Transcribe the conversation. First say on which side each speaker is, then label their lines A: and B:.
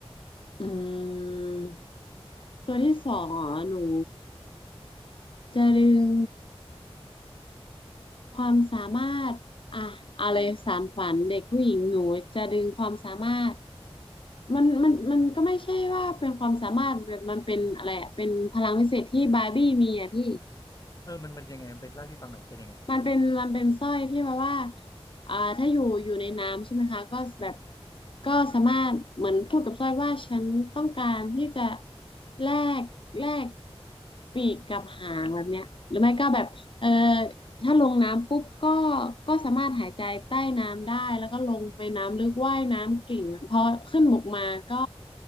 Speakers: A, on the left; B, on the left.
A: อืมตัวที่สองอ๋อหนู จะดึงความสามารถอ่ะอะไรสานฝันเด็กผู้หญิงหนูจะดึงความสามารถมันมันมันก็ไม่ใช่ว่าเป็นความสามารถแบบมันเป็นอะไรอะเป็นพลังวิเศษที่บาร์บี้มีอ่ะพี่
B: เออมันเป็นยังไงมันเป็นเล่าให้พี่ฟังหน่อยเป็นยังไง
A: มันเป็นมันเป็นสร้อยที่แบบว่าอ่า ถ้าอยู่อยู่ในน้ำใช่ไหมคะก็แบบก็สามารถเหมือนพูดกับสร้อยว่าฉันต้องการที่จะแลกแลกปีกกับหางแบบเนี้ยหรือไม่ก็แบบเออถ้าลงน้ำปุ๊บก็ก็สามารถหายใจใต้น้ำได้ แล้วก็ลงไปน้ำลึกว่ายน้ำเก่งอะพอขึ้นบกมาก็